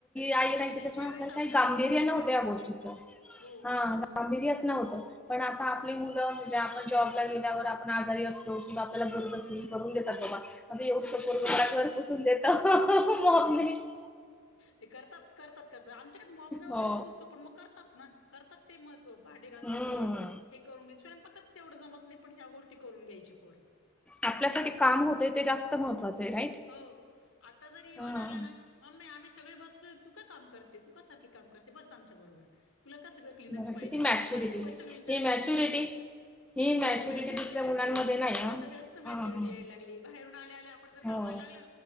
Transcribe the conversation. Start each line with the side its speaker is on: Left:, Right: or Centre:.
Centre: आई
Left: नाही,
Centre: काहि
Left: नाही.
Centre: त्याच्या
Left: त्यावेळेस
Centre: <unintelligible>
Left: आपल्या
Centre: काही गांभीर्य
Left: वेळेस गोष्टीच
Centre: नव्हतं
Left: वेगळ्या
Centre: या
Left: होत्या.
Centre: गोष्टीचं.
Left: हो, हो,
Centre: हा,
Left: हो.
Centre: गांभीर्यच असं नव्हतं. पण आता आपली
Left: हं,
Centre: मुलं, म्हणजे आपण जॉबला गेल्यावर आपण आजारी असलो मग आपल्याला बरोबसी
Left: हं.
Centre: करून देतात बाबा, म्हणजे एवढूसं पोरगं
Left: हो.
Centre: मला घर पुसून देतं. <unintelligible>
Left: ते करतात करतात करतात, आमच्याकडे मॉपने वगैरेच
Centre: हो
Left: पुसतो, पण मग करतात ना, करतात ते महत तो भाडे घासून
Centre: हम्म
Left: घेईल, हे करून घेईल, स्वयंपाकच तेवढं जमत नाही पण ह्या गोष्टी करून घ्यायची पोरं.
Centre: आपल्यासाठी काम होतंय ते जास्त महत्त्वाचंये राईट.
Left: हो,, आता जरी इवन
Centre: हा
Left: आला ना मम्मी आम्ही सगळे बसलोय, तू का काम करते तु का सारखी काम करते बस आमच्या बरोबर,, तुला का सगळं क्लिनच
Centre: बघा
Left: पाहिजे,,,
Centre: किती मॅच्युरिटी
Left: अशे क्वेशन विचारतात
Centre: ही मॅच्युरिटी
Left: ते आपल्याला.
Centre: ही
Left: हो मॅच्युरिटी
Centre: दुसऱ्या
Left: मॅच्युरिटी,,,
Centre: मुलांमध्ये नाही हा.
Left: आता जास्त
Centre: हा
Left: मॅच्युरिटी
Centre: हा.
Left: यायला लागलीय. बाहेरून आल्या आल्या आपण जर
Centre: हो
Left: कामाला लागलं ना